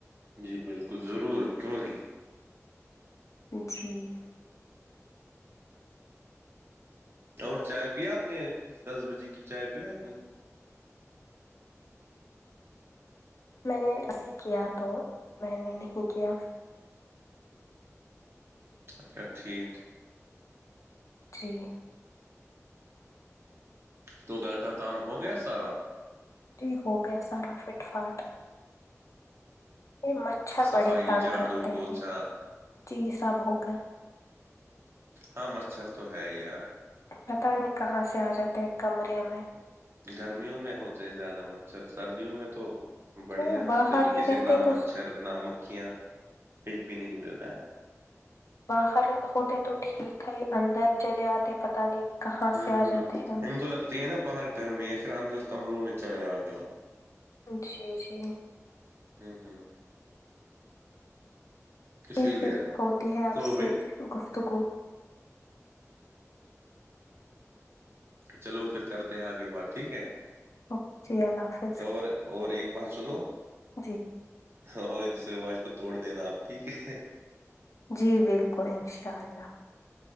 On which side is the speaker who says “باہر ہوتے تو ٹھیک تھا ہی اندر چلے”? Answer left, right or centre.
Left